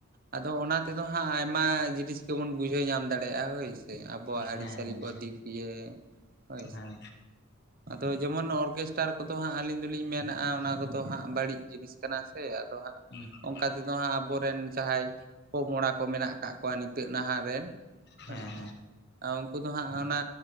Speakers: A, on the right (about 40°); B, on the left (about 50°).
A: ᱟᱫᱚ ᱚᱱᱟ ᱛᱮᱫᱚ ᱦᱟᱸᱜ ᱟᱭᱢᱟ ᱡᱤᱱᱤᱥ ᱜᱮᱵᱚᱱ ᱵᱩᱡᱷᱟᱹᱣ ᱧᱟᱢ ᱫᱟᱲᱮᱭᱟᱜᱼᱟ ᱦᱳᱭ ᱟᱵᱚᱣᱟᱜ ᱟᱹᱨᱤᱪᱟᱞᱤ
B: ᱦᱮᱸ
A: ᱠᱚ ᱫᱤᱠ ᱫᱤᱭᱮ ᱦᱳᱭ
B: ᱦᱮᱸ
A: ᱟᱫᱚ ᱡᱮᱢᱚᱱ ᱚᱨᱠᱮᱥᱴᱟᱨ ᱠᱚᱫᱚ ᱦᱟᱸᱜ ᱟᱹᱞᱤᱧ ᱫᱚᱞᱤᱧ ᱢᱮᱱᱟ ᱚᱱᱟ ᱠᱚᱫᱚ ᱦᱟᱸᱜ ᱵᱟᱹᱲᱤᱡ ᱡᱤᱱᱤᱥ ᱠᱟᱱᱟ ᱥᱮ ᱟᱫᱚ ᱦᱟᱸᱜ
B: ᱦᱩᱸ
A: ᱞᱮᱠᱟ ᱛᱮᱫᱚ ᱦᱟᱸᱜ ᱟᱵᱚᱨᱤᱱ ᱡᱟᱦᱟᱸᱭ ᱯᱚᱼᱯᱚᱝᱲᱟ ᱠᱚ ᱢᱮᱱᱟᱜ ᱟᱠᱟᱜ ᱠᱚᱣᱟ ᱱᱤᱛᱚᱜ ᱱᱟᱦᱟᱜ ᱨᱮᱱ
B: ᱦᱮᱸ
A: ᱦᱳᱭᱥᱮ ᱟᱨ ᱩᱱᱠᱩ ᱫᱚ ᱦᱟᱸᱜ ᱚᱱᱟ